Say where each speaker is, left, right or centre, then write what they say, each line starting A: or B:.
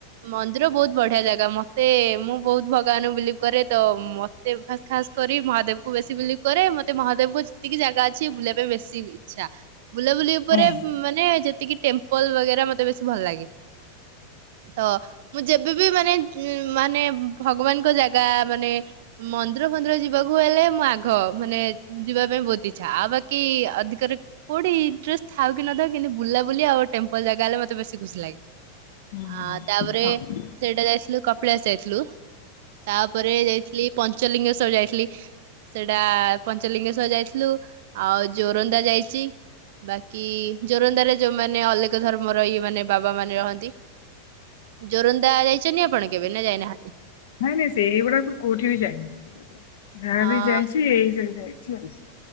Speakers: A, on the right; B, on the left.
A: ମନ୍ଦ ର ବୋହୁତ ବଢିଆ ଜାଗା ମତେ ମୁଁ ବହୁତ ଭଗବାନ ବିଲିଭ କରେ ତ ମତେ ଖାସ୍ କରି ମହାଦେବ କୁ ବେଶୀ ବିଲିଭ କରେ ମତେ ମହାଦେବଙ୍କ ଯେତିକି ଜାଗା ଅଛି ବୁଲିବା ପାଇଁ ବେଶୀ ଇଚ୍ଛା। ବୁଲାବୁଲି ଉପରେ
B: ହଁ।
A: ମାନେ ଯେତିକି ଟେମ୍ପଲ ବଗେରା ମତେ ବେସି ଭଲ ଲାଗେ ତ ମୁଁ ଯେ ଏବେ ବି ମାନେ ମାନେ ଭଗବାନଙ୍କ ଜାଗା ମାନେ ମ ମନ୍ଦିର ମନ୍ଦିର ଯିବାକୁ ହେଲେ ମୁଁ ଆଗ ମାନେ ଯିବାକୁ ପାଇଁ ବହୁତ ଇଚ୍ଛା ଆଉ ବାକି ଅଧିକରେ କଉଠି ଇଣ୍ଟ୍ରରେଷ୍ଟ ଥାଉ କି ନଥାଉ କିନ୍ତୁ ବୁଲାବୁଲି ଆଉ ଟେମ୍ପଲ ଜାଗା ହେଲେ ମତେ ବେଶୀ ଖୁସି ଲାଗେ
B: ହୁଁ
A: ଆ ତାପରେ
B: ହଉ ହୁଁ
A: ସେଇଟା ଯାଇଥିଲୁ କପିଳାସ ଯାଇଥିଲୁ। ହ୍ୟାଲୋ। ତାପରେ ଯାଇଥିଲି ପଞ୍ଚ ପଞ୍ଚଲିଙ୍ଗେଶ୍ୱର ଯାଇଥିଲି ସେଟା ପଞ୍ଚଲିଙ୍ଗେଶ୍ୱର ଯାଇଥିଲୁ ଆଉ ଜୋରନ୍ଦା ଯାଇଛି ବାକି ଜୋରନ୍ଦାରେ ଯୋଉମାନେ ଅଲେକ ଧର୍ମର ଇଏ ମାନେ ବାବା ମାନେ ରହନ୍ତି ଜୋରନ୍ଦା ଯାଇଛନ୍ତି ଆପଣ କେବେ ନା ଯାଇନାହାନ୍ତି? ଯୋ
B: ନାଇଁ ନାଇଁ ସେଇଗୁଡାକ କୋଉଠି ବି ଯାଇନି। ଯାହା
A: ହଁ
B: ବି ଯାଇଛି ଏଇ ଜାଗା ଯାଇଚି। <unintelligible>